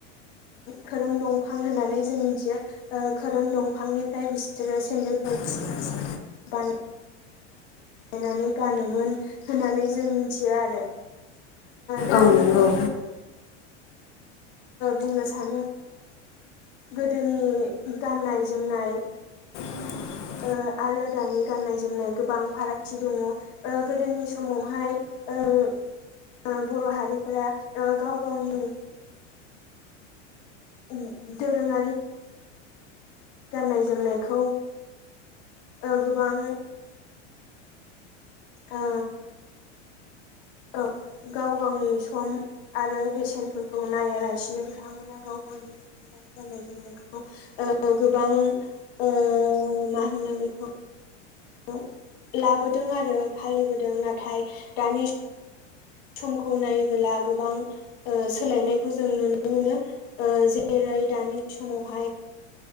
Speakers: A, on the left (about 55°); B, on the left (about 70°).
A: खोरोम दंफां होननानै जों मिथियो ओ खोरोम दंफांनिफ्राय बिसोरो सेन्देलफोर
B: <inaudible>
A: बानो। नायनानै गानोमोन होननानै जों मिथियो आरो। दा
B: औ
A: बेखौनो
B: नंगौ।
A: बुंनो सानो। गोदोनि गाननाय जोमनाय।
B: <inaudible>
A: ओ आरो दानि गाननाय जोमनाय गोबां फारागथि दङ' ओ गोदोनि समावहाय ओ ओ ओ बर' हारिफोरा ओ गाव गावनि ओम दोरोङारि। गाननाय जोमनायखौ ओ गोबां ओ औ गाव गावनि सम आरो बेसेनफोरखौ नायालासिनो बिथांमोना गाव गावनि दोरोङारि गाननाय जोमनायखौ ओ गोबां ओ मा होनो बे खौ खौ लाबोदों आरो फालिबोदों नाथाय दानि समखौ नायोबोला गोबां ओ सोलायनायखौ जों नुनो मोनो। ओ जेरै <unintelligible> दानि समावहाय